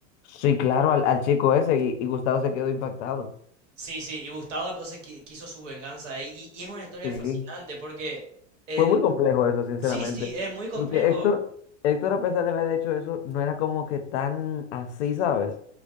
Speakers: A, on the left; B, on the right.
A: Sí, claro, al, al chico ese y, y Gustavo se quedó impactado.
B: Sí, sí, y Gustavo entonces qui- quiso su venganza ahí. Y, y es una historia
A: Sí,
B: fascinante porque en...
A: fue muy complejo eso, sinceramente.
B: sí, sí, es muy complejo.
A: Porque Héctor, Héctor, a pesar de haber hecho eso, no era como que tan así, ¿sabes?